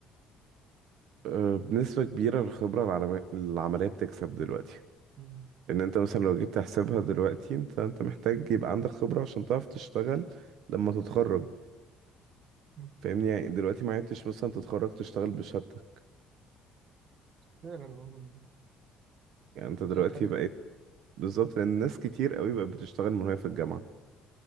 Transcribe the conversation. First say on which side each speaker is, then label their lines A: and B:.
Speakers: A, on the right; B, on the right.
A: آه، بنسبة كبيرة الخبرة العلما- العملية بتكسب دلوقتي
B: مم.
A: لان انت مثلا لو جيت تحسبها دلوقتي انت انت محتاج يبقى عندك خبرة عشان تعرف تشتغل لما تتخرج
B: مم.
A: فاهمني يعني دلوقتي ما عدتش مثلا تتخرج تشتغل بشهادتك
B: فعلا والله
A: يعني انت دلوقتي
B: دي حاجة
A: بقيت بالظبط لان ناس كتير قوي بقت بتشتغل من وهي في الجامعة